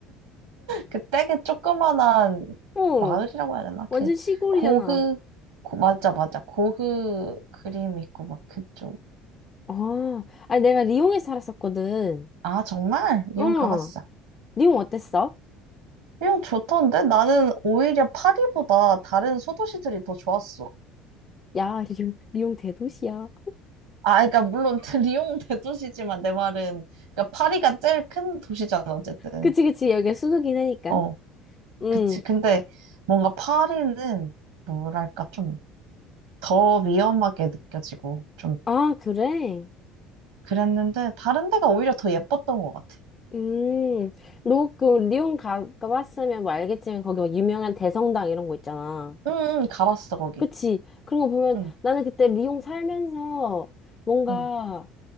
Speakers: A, on the right (about 75°); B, on the left (about 30°).
A: 그 되게 조그만한
B: 어,
A: 마을이라고 해야 되나?
B: 완전
A: 그
B: 시골이잖아.
A: 고흐 고- 맞아 맞아 고흐 그림 있고 막 그쪽.
B: 아, 아니 내가 리옹에 서 살았었거든.
A: 아 정말? 리옹
B: 응.
A: 가봤어.
B: 리옹 어땠어?
A: 리옹 좋던데 나는 오히려 파리보다 다른 소도시들이 더 좋았어.
B: 야, 리옹, 리옹 대도시야.
A: 아 그러니까 물론 <laughs> 리옹 대도시지만 내 말은 그러니까 파리가 제일 큰 도시잖아 어쨌든.
B: 그치, 그치. 여기가 수도긴 하니까.
A: 어
B: 응.
A: 그치. 근데 뭔가 파리는 뭐랄까 좀 더 위험하게 느껴지고 좀
B: 아, 그래?
A: 그랬는데 다른 데가 오히려 더 예뻤던 것 같아.
B: 음. 너 그 리옹 가, 가봤으면 뭐 알겠지만 거기 막 유명한 대성당 이런 거 있잖아.
A: 응, 응, 가봤어 거기.
B: 그치. 그런 거 보면
A: 응,
B: 나는 그때 리옹 살면서 뭔가
A: 응,